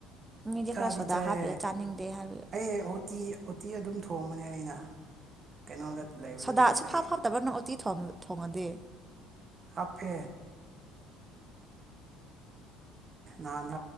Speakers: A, on the right; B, on the right.
A: ꯃꯤꯗꯤ
B: ꯆꯥꯗꯤ
A: ꯈꯔ ꯁꯣꯗꯥ
B: ꯆꯥꯏ
A: ꯍꯥꯞꯇ꯭ꯔꯗꯤ ꯆꯥꯅꯤꯡꯗꯦ ꯍꯥꯏꯕ
B: ꯑꯩ ꯍꯣꯇꯤ ꯍꯇꯤ ꯑꯗꯨꯝ ꯊꯣꯡꯕꯅꯦ ꯑꯩꯅ ꯀꯩꯅꯣꯗ ꯂꯩꯕꯗꯁꯨ
A: ꯁꯣꯗꯥꯁ
B: ꯑꯩ
A: ꯐꯥ ꯐꯥꯎꯗꯕ꯭ꯔ ꯅꯪ ꯑꯣꯇꯤ ꯊꯣꯡꯗ ꯇꯦ
B: ꯍꯥꯞꯄꯦ ꯅꯅꯥ